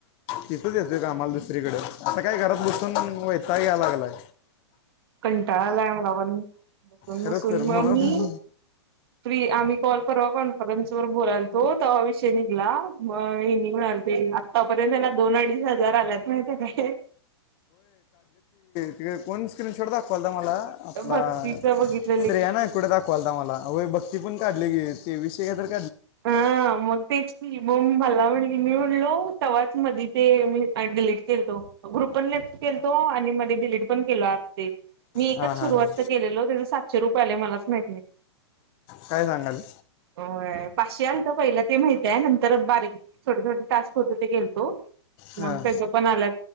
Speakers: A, on the left; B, on the right.
A: तिथच येतोय कामाला दुसरीकडे आता काय घरात बसून वैताग यालागलाय.
B: कंटाळाला आलाय मला पण बसून-
A: खरंच
B: बसून
A: सर
B: मग
A: म्हणून
B: मी फ्री आम्ही- कॉल परवा कॉन्फरन्स वर बोलालतो, तवा विषय निघला मग हेनी म्हणालते आतार्यंत- तरी माझ दोन अडीच हजार आल्यात माहितेय काय?
A: तिकड कोण स्क्रीनशॉट दाख- दाखवालता मला आपला
B: भक्तीच बघितलेलं
A: श्रेया
B: की
A: नाय कुठ दाखवायला मला वय बघ. ति पण काढलय की, ते विषय काय -
B: हां मगतेच की- मगं मला म्हणली, मी म्हणलो तव्हाच मधी ते मी डिलीट केलतो. ग्रुपपण लेफ्ट - केलतो आणि मधे डिलीट पण केला आं ते- मी एकच
A: हां हां
B: सुरुवात
A: हां
B: तर केलेलो त्याच सातशे रुपये आले मलाच माहीत नाही.
A: काय सांगायल?
B: होय पाचशे आल तर पहिलं. ते माहित आहे नंतर बारीक छोटे- छोटे टास्क होतो ते केलतो. मग
A: हां
B: तेज पण आल्यात.